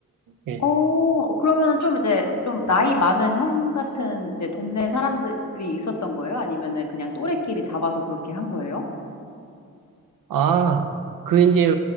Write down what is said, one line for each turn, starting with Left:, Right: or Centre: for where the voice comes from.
Right: 예. 예. 예.
Left: 어, 그러면은 좀 이제 좀 나이 많은 형 같은 이제 동네 사람들이 있었던 거예요? 아니면은 그냥 또래끼리 잡아서 그렇게 한 거예요?
Right: 아, 그 이제